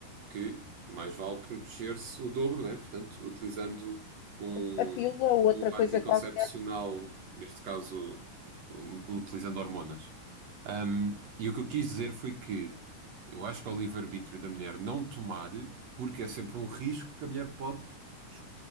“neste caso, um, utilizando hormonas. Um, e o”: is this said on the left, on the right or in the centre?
Right